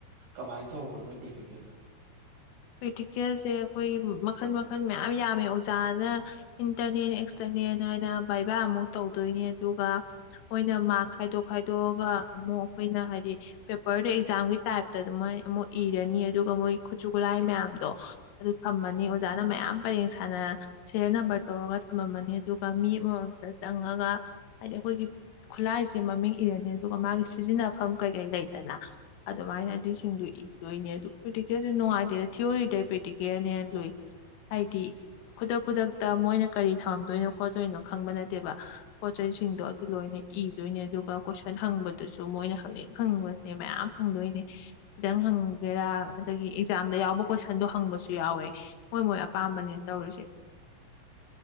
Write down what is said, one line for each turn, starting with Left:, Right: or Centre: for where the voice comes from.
Right: ꯀꯃꯥꯏꯅ ꯇꯧꯕ꯭ꯔꯣ ꯅꯣꯏ ꯄ꯭ꯔꯦꯛꯇꯤꯀꯦꯜꯁꯤꯕꯣ
Left: ꯀ꯭ꯔꯤꯇꯤꯀꯦꯜꯁꯦ ꯑꯩꯈꯣꯏ ꯃꯈꯜ ꯃꯈꯜ ꯃꯌꯥꯝ ꯌꯥꯝꯃꯦ ꯑꯣꯖꯥꯅ ꯏꯟꯇꯔꯅꯦꯜ ꯑꯦꯛꯁꯇꯔꯅꯦꯜ ꯍꯥꯏꯅ ꯕꯥꯏꯕꯥ ꯑꯃꯨꯛ ꯇꯧꯗꯣꯏꯅꯤ ꯑꯗꯨꯒ ꯃꯣꯏꯅ ꯃꯥꯛ ꯈꯥꯏꯗꯣꯛ ꯈꯥꯏꯗꯣꯛꯑꯒ ꯑꯃꯨꯛ ꯑꯩꯈꯣꯏꯅ ꯍꯥꯏꯗꯤ ꯄꯦꯄꯔꯗ ꯑꯦꯛꯖꯥꯝꯒꯤ ꯇꯥꯏꯞꯇ ꯑꯗꯨꯃꯥꯏꯅ ꯑꯃꯨꯛ ꯏꯔꯅꯤ ꯑꯗꯨꯒ ꯃꯣꯏ ꯈꯨꯠꯁꯨ ꯈꯨꯠꯂꯥꯏ ꯃꯌꯥꯝꯗꯣ ꯑꯗꯨ ꯊꯝꯃꯅꯤ ꯑꯣꯖꯥꯅ ꯃꯌꯥꯝ ꯄꯔꯦꯡ ꯁꯥꯟꯅ ꯁꯦꯔꯦꯜ ꯅꯝꯕꯔ ꯇꯧꯔꯒ ꯊꯝꯃꯝꯃꯅꯤ ꯑꯗꯨꯒ ꯃꯤ ꯑꯃꯃꯝꯇ ꯆꯪꯉꯒ ꯍꯥꯏꯗꯤ ꯑꯩꯈꯣꯏꯒꯤ ꯈꯨꯠꯂꯥꯏꯁꯤ ꯃꯃꯤꯡ ꯏꯔꯅꯤ ꯑꯗꯨꯒ ꯃꯥꯒꯤ ꯁꯤꯖꯤꯟꯅꯐꯝ ꯀꯩ ꯀꯩ ꯂꯩꯇꯅ ꯑꯗꯨꯃꯥꯏꯅ ꯑꯗꯨꯁꯤꯡꯗꯨ ꯏꯗꯣꯏꯅꯦ ꯑꯗꯨ ꯄ꯭ꯔꯤꯦꯛꯇꯤꯀꯦꯜꯁꯦ ꯅꯨꯡꯉꯥꯏꯇ ꯗ ꯊꯤꯑꯣꯔꯤꯗꯩ ꯄ꯭ꯔꯦꯛꯇꯤꯀꯦꯜꯅ ꯍꯦꯟꯅ ꯂꯨꯏ ꯍꯥꯏꯗꯤ ꯈꯨꯗꯛ ꯈꯨꯗꯛꯇ ꯃꯣꯏꯅ ꯀꯔꯤ ꯊꯝꯃꯝꯗꯣꯏꯅꯣ ꯈꯣꯠꯇꯣꯏꯅꯣ ꯈꯪꯕ ꯅꯠꯇꯦꯕ ꯄꯣꯠ ꯆꯩꯁꯤꯡꯁꯤꯡꯗꯣ ꯑꯗꯨ ꯂꯣꯏꯅ ꯏꯗꯣꯏꯅꯦ ꯑꯗꯨꯒ ꯀꯣꯏꯁꯟ ꯍꯪꯕꯗꯨꯁꯨ ꯃꯣꯏꯅ ꯍꯪꯅꯤꯡ ꯍꯪꯕꯅꯦ ꯃꯌꯥꯝ ꯍꯪꯗꯣꯏꯅꯦ ꯈꯤꯇꯪ ꯍꯪꯒꯦꯔꯥ ꯑꯗꯒꯤ ꯑꯦꯛꯖꯥꯝꯗ ꯌꯥꯎꯕ ꯀꯣꯏꯁꯟꯗꯣ ꯍꯪꯕꯁꯨ ꯌꯥꯎꯋꯦ ꯃꯣꯏ ꯃꯣꯏ ꯑꯄꯥꯝꯕꯅꯤ ꯇꯧꯔꯤꯁꯦ